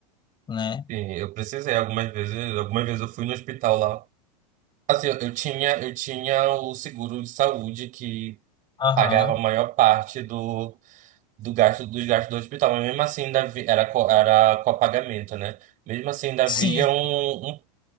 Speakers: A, on the left (about 20°); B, on the right (about 40°).
A: né?
B: sim, eu precisei algumas vezes. Algumas vezes eu fui no hospital lá. Assim, eu, eu tinha, eu tinha o seguro de saúde que
A: Aham.
B: pagava a maior parte do do gasto dos gastos do hospital, mas mesmo assim ainda havia, era co- era copagamento, né? Mesmo assim ainda havia
A: Sim,
B: um, um-